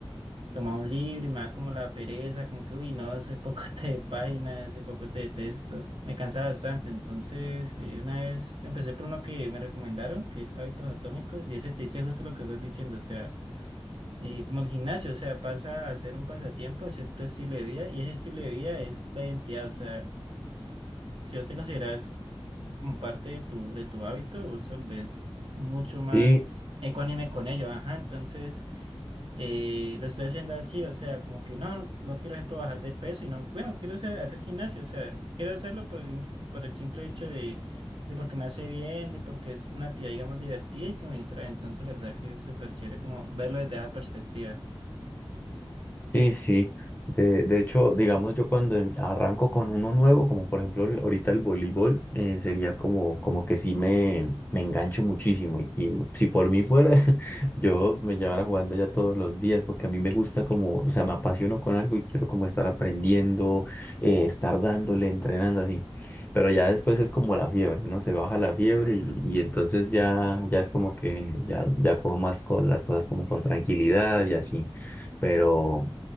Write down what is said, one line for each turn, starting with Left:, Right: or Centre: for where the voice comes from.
Right: tomaba un libro y me daba como la pereza, como que, uy, no, ese poco <laughs> de páginas, ese poco de texto. Me cansaba bastante. Entonces, eh, una vez empecé por uno que me recomendaron, que es Hábitos Atómicos, y ese te dice justo lo que estás diciendo, o sea eh, como el gimnasio, o sea, pasa a ser un pasatiempo, a ser tu estilo de vida, y ese estilo de vida es la identidad, o sea, si vos te consideras como parte de tu, de tu hábito, vos te volvés mucho más
Left: Sí,
Right: ecuánime con ello, ajá, entonces eh, lo estoy haciendo así, o sea, como que no, no quiero, ejemplo, bajar de peso, y no, bueno, quiero hacer, hacer gimnasio, o sea, quiero hacerlo por el, in- por el simple hecho de, de porque me hace bien, de porque es una actividad, digamos, divertida y que me distrae, entonces la verdad que es súper chévere como verlo desde esa perspectiva.
Left: Sí, sí. De, de hecho, digamos, yo cuando em- arranco con uno nuevo, como por ejemplo ahori- ahorita el voleibol, eh, sería como, como que sí me, me engancho muchísimo. Y, y si por mí fuera, <laughs> yo me llevara jugando ya todos los días, porque a mí me gusta como, o sea, me apasiono con algo y quiero como estar aprendiendo, eh, estar dándole, entrenando así. Pero ya después es como la fiebre, ¿no? Se baja la fiebre y, y entonces ya, ya es como que ya, ya cojo más co- las cosas como con tranquilidad y así. Pero...